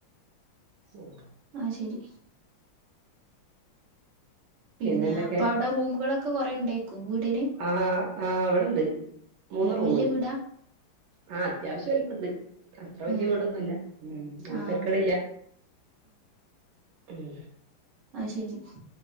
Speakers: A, on the right; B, on the right.
A: ഉം..
B: ആഹ ശെരി.. പിന്നെ
A: പിന്നെന്തൊക്കെ
B: അപ്പൊ അവിടെ റൂമുകളൊക്കെ കൊറേ ഉണ്ടേക്കും വീടിന്..
A: ആ ആ ഇവിടെണ്ട് മൂന്ന് റൂമുണ്ട്
B: വല്യ വീടാ
A: ആ അത്യാവശ്യ.. ണ്ട് അത്ര വലിയ
B: ഉം
A: വിടൊന്നുംല്ല ഉം ഇന്നാലും
B: ആഹ്
A: തരക്കേടില്ല.. ഉം..
B: ആഹ ശെരി..